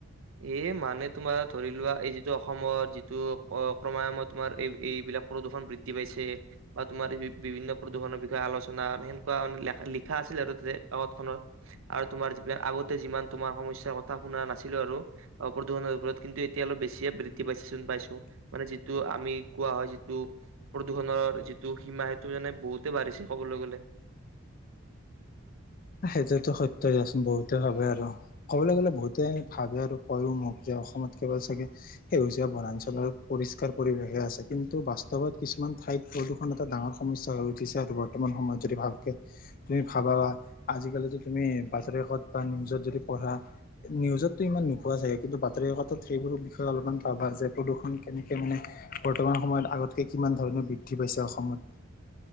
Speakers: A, on the right; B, on the left.
A: এ মানে তোমাৰ ধৰি লোৱা। এই যিটো অসমৰ যিটো অ' ক্ৰময়ামত তোমাৰ এই এইবিলাক প্ৰদূষণ বৃদ্ধি পাইছে, বা তোমাৰ বি বিভিন্ন প্ৰদূৰণৰ বিষয়ে আলচনা সেনকুৱা মানে লেখা লিখা আছিলে আৰু তাতে কাৱত খনত, আৰু তোমাৰ যিবিলাক আগতে যিমান তোমাৰ সমস্যাৰ কথা শুনা নাছিলো। আৰু প্ৰদূৰণৰ ওপৰত কিন্তু এতিয়া অলপ বেছিয়ে বৃদ্ধি পাইছে চোন পাইছো, মানে যিটো আমি কোৱা হয় যিটো প্ৰদূষণৰ যিটো সীমা সেইটো যেনে বহুতে বাঢ়িছে কবলৈ গ'লে।
B: সেইটোতো সত্য দিয়াচোন বহুতে ভাবে আৰু, কবলৈ গ'লে বহুতে ভাবে আৰু কয়ও মোক যে অসমত কেৱল চাগে সেউজীয়া বনাঞ্চলৰ পৰিষ্কাৰ পৰিৱেশহে আছে। কিন্তু বাস্তৱত কিছুমান ঠাইত প্ৰদূষণ এটা ডাঙৰ সমস্যা হৈ উঠিছে আৰু বৰ্তমান সময়ত যদি ভালকে, তুমি ভাবা বা। আজিকালি যে তুমি বাতৰিকত বা নিউজত যদি পঢ়া, নিউজতটো ইমান নোপোৱা চাগে কিন্তু বাতৰি কাকতত সেইবোৰ বিষয়ে অলপমান পাবা যে, প্ৰদূষণ কেনেকে মানে, বৰ্তমান সময়ত আগতকে কিমান ধৰণে বৃদ্ধি পাইছে অসমত।